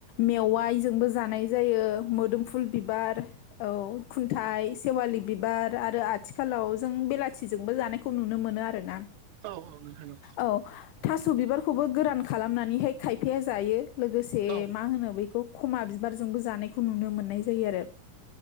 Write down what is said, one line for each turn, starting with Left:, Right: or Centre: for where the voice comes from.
Left: मेवायजोंबो जानाय जायो गुदुम फुल बिबार औ खुन- थाइ सेवालि बिबार आरो आथिखालाव जों बेलाथिजोंबो जानायखौ नुनो मोनो आर ना।
Right: औ औ नोंथां नंगौ
Left: औ थास' बिबारखौबो गोरान खालामनानैहाय खायफाया जायो लोगोसे
Right: नोंथां औ
Left: मा होनो बेखौ खमा बिबारजोंबो जानायखौ नुनो मोननाय जायो आरो